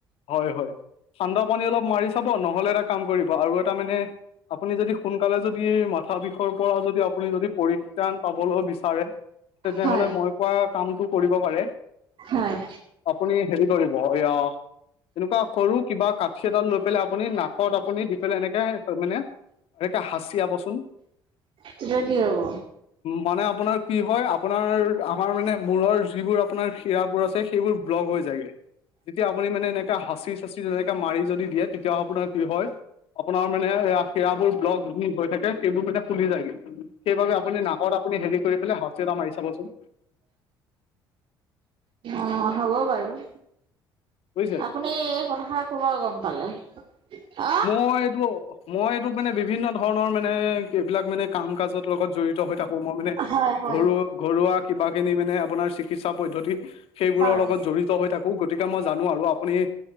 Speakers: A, on the left; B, on the right.
A: হয় হয়, ঠান্দা পানী অলপ মাৰি চাব, নহ'লে এটা কাম কৰিব আৰু এটা মানে আপুনি যদি সোনকালে যদি মা থা বিষয়ৰ পৰা যদি আপুনি যদি পৰিত্ৰাণ পাবলৈ বিচাৰে তেতিয়া
B: হয়
A: হলে মই পোৱা কামতটো কৰিব পাৰে।
B: হয়।
A: আপুনি হেৰি কৰিব এয়া এনেকুৱা সৰু কিবা কাঠি এডাল লৈ পেলাই আপুনি নাকত আপুনি দি পেলাই এনেকে মানে এনেকে হাছিয়াব চোন।
B: তেতিয়া কি হব?
A: মানে আপোনাৰ কি হয় আপোনাৰ আমাৰ মানে মূৰৰ যিবোৰ আপোনাৰ শিৰাবোৰ আছে সেইবোৰ ব্লগ হৈ যায়গে, যেতিয়া আপুনি মানে এনে এ হাঁচি চাচি যেনেকে মাৰি যদি দিয়ে তেতিয়া আপোনাৰ কি হয়। আপোনাৰ মানে সেয়া সিৰাবোৰ ব্লক যদি হৈ থাকে সেইবোৰ মানে খুলি যায়গে। সেইবাবে আপুনি নাকত আপুনি হেৰি কৰি পেলাই হাতচি এটা মাৰি চাবচোন।
B: অ', হ'ব বাৰু
A: বুজিছে
B: আপু এই কথাষাৰ ক'ৰ পৰা গম পালে? অ',
A: মই এইটো, মই এইটো মানে বিভিন্ন ধৰণৰ মানে এইবিলাক মানে কাম-কাজৰ লগত জড়িত হৈ থাকোঁ মই মানে
B: হয়, হয়,
A: ঘৰু ঘৰুৱা কিবাখিনি মানে আপোনাৰ চিকিৎসা পদ্ধতি সেইবোৰ
B: হয়,
A: লগত জড়িত হৈ থাক খু গতিকে মই জানো আৰু আপুনি এ